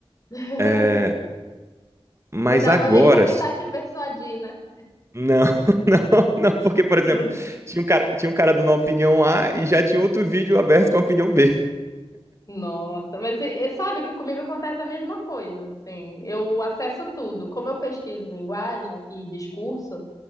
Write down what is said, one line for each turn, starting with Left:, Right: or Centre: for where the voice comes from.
Left: <laughs>
Right: É, mas
Left: Não dava
Right: agora.
Left: nem pra tentar te persuadir, né?
Right: Não, <laughs> não, não, porque, por exemplo,
Left: Que não
Right: tinha um cara, tinha um cara dando uma opinião A e já tinha outro vídeo aberto com a opinião B.
Left: Nossa, mas e- e sabe que comigo acontece a mesma coisa, assim. Eu acesso tudo. Como eu pesquiso linguagem e discurso,